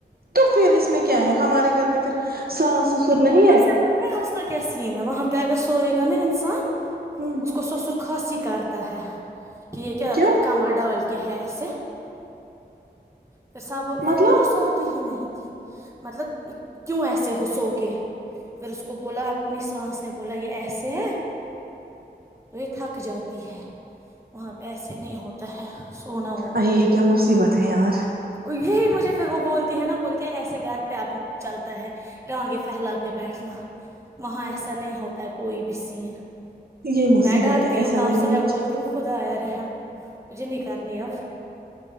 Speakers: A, on the right; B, on the right.
A: تو پھر اس میں کیا ہے ہمارے گھر میں پھر ساس سسر نہیں
B: اوپر سے پت ہے اس کا کیا سین ہے وہاں پہ اگر سوئی گ نا انسان
A: ہ
B: اس کو سسرخاستی کر تا ہے کہ یہ کیا
A: کیوں
B: کمر ڈال کہ ہےر آس پھر سب
A: مطلب
B: پھر وہ سوتی ہی نہیں مطلب کیوں ایسے ہو سو کے پھر اس کو بولا اپنی سانس نے بولا یہ ایسے ہے تو یہ تھک جاتی ہے وہاں پہ ایسے نہیں ہوتا ہے سونا وونا
A: ارے یہ کیا مصیبت ہے یار
B: یہی مجھے پھر وہ بولتی ہے نا بولتی ہے ایسے گھر پہ اپ چلتا ہے ڈانگے پھیلا کے بیٹھنا وہاں ایسا نہیں ہوتا ہے کوئی بھی سین
A: یہ مصیبت
B: میں ڈرتی
A: ہے ایسا
B: ہوں ت آپ
A: نہیں ہونا
B: سے میں
A: چاہیے
B: بولتی ہوں خدایا رحم مجھے نہیں کرنی اب